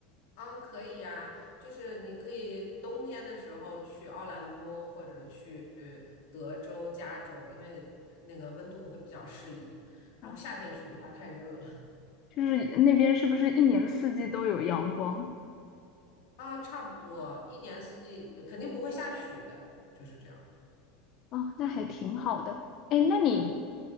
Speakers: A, on the left (about 70°); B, on the left (about 45°).
A: 啊，可以呀，就是你可以冬天的时候去奥兰多或者去德州、加州，因为那个温度会比较适宜。
B: 哦，
A: 然后夏天去的话太热了
B: 就是那边是不是一年四季都有阳光？
A: 啊，差不多一年四季肯定不会下雪，就是这样。
B: 哦，那还挺好的。哎，那你
A: 嗯，